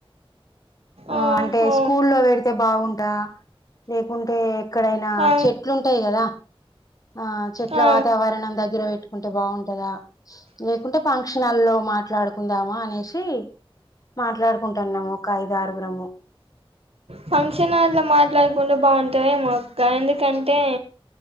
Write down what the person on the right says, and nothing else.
ఓహో
ఆ
ఆ
ఫంక్షనాల్లో మాట్లాడుకుంటే బాగున్ టదేమో అక్క ఎందుకంటే